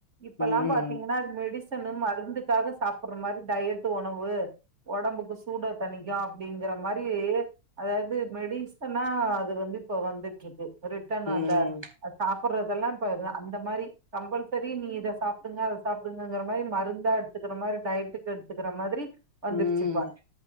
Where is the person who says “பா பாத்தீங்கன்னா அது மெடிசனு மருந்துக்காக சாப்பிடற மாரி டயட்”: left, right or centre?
Right